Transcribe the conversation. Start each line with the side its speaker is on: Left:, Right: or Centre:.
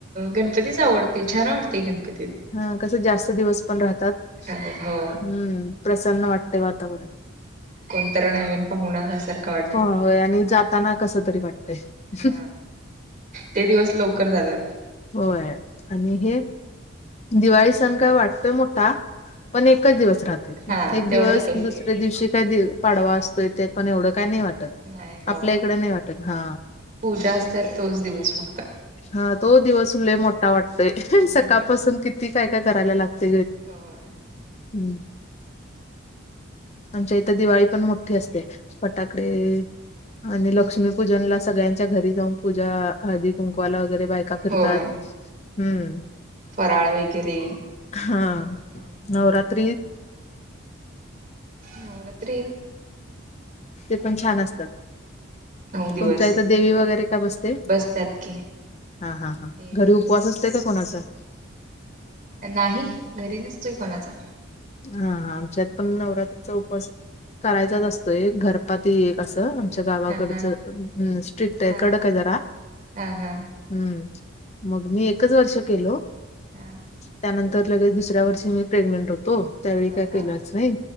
Right: गणपतीच आवडतो छान वाटतोय गणपती.
Left: हा कस जास्त दिवस पण राहतात
Right: हो
Left: हम्म प्रसन्न वाटतें वातावरण.
Right: कोण तर नवीन पाहुना आल्यासारख वाट
Left: होय आणि जाताना कस तरी वाटतय
Right: हा ते दिवस लवकर जातात.
Left: होय आणि हे दिवाळी सण काय वाटतोय मोठा पण एकच दिवस राहतो
Right: हा
Left: एक
Right: तेवढं
Left: दिवस
Right: एकच
Left: दुस <unintelligible> दिवशी काय पाडवा असतोय ते पण एवढं काय नाही वाटत.
Right: नाही होय,
Left: आपल्या इकडे नाही वाटत हा
Right: पूजा असत्या तोच दिवस फक्त.
Left: हा तो दिवस उल मोठा वाटतोय
Right: हम्म
Left: सकाळपासून किती काय काय करायला लागत.
Right: होय
Left: <unintelligible> आमच्या इथ दिवाळी पण मोठी मोठी असते फटाकडे. आणि लक्ष्मीपूजन ला सगळ्यांच्या घरी जाऊन पूजा हळदी कुंकवाला वगैरे बायका फिरतात.
Right: होय,
Left: हम्म
Right: फराळ वगैरे.
Left: हा
Right: हम्म
Left: नवरात्रीत
Right: नवरात्री
Left: ते पण छान असतं,
Right: नऊ
Left: तुमच्या
Right: दिवस
Left: इथं देवी वगरे का बसते?
Right: बसतात की
Left: हा हा हा
Right: देवी
Left: घरी उपवास
Right: वगैरे बसतात
Left: असतंय का कोणाचा?
Right: नाही, घरी नसतोय कोणाचा.
Left: हाहा आमच्यात पण नवरात्रीचा उपवास करायचाच असतोय घरपाती एक असं. आच्या गावाकडचं
Right: हा हा
Left: स्ट्रीकटय
Right: हा
Left: कडकय जरा.
Right: हा हा
Left: हम्म, मग मी एकच वर्ष केलो.
Right: हं.
Left: त्यानंतर लगेच दुसऱ्या वर्षी मी प्रेगनंन्ट होतो त्यावेळी
Right: हा
Left: काय
Right: हा
Left: केलंच
Right: हा
Left: नाही,